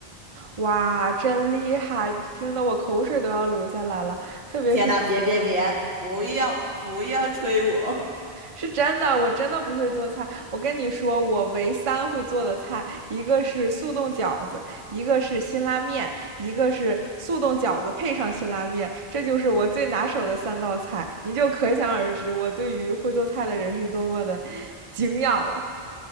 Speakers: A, on the right; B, on the right.
A: 哇，真厉害，听得我口水都要流下来了。特别是
B: 天呐，别别别，不要不要吹我！
A: 是真的，我真的不会做菜。我跟你说，我唯三会做的菜，一个是速冻饺子，一个是辛拉面，一个是速冻饺子配上辛拉面，这就是我最拿手的三道菜。你就可想而知，我对于会做菜的人是多么的敬仰了。